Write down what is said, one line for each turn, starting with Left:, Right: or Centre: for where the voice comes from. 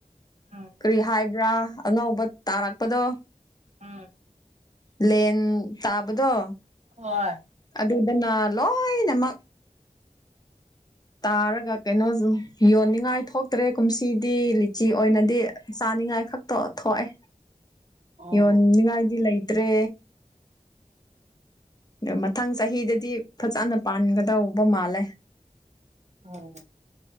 Right: ꯎꯝ
Left: ꯀꯔꯤ ꯍꯥꯏ ꯭ꯔꯥ ꯑꯅꯧꯕ ꯇꯥꯔꯛꯄꯗꯣ
Right: ꯎꯝ
Left: ꯂꯦꯟ ꯇꯥꯕꯗꯣ
Right: ꯍꯣꯏ
Left: ꯑꯗꯨꯗꯅ ꯂꯣꯏꯅꯃꯛ ꯇꯥꯔꯒ ꯀꯩꯅꯣ ꯌꯣꯟꯅꯤꯡꯉꯥꯏ ꯊꯣꯛꯇ꯭ꯔꯦ ꯀꯨꯝꯁꯤꯗꯤ ꯂꯤꯆꯤ ꯑꯣꯏꯅꯗꯤ ꯆꯥꯅꯤꯡꯉꯥꯏ ꯈꯛ ꯇꯣ ꯊꯣꯛꯑꯦ
Right: <inaudible> ꯑꯣ
Left: ꯌꯣꯟꯅꯤꯡꯉꯥꯏꯗꯤ ꯂꯩꯇ꯭ꯔꯦ ꯑ ꯃꯊꯪ ꯆꯍꯤꯗꯗꯤ ꯐꯖꯅ ꯄꯥꯟꯒꯗꯧꯕ ꯃꯥꯜꯂꯦ
Right: ꯑꯣ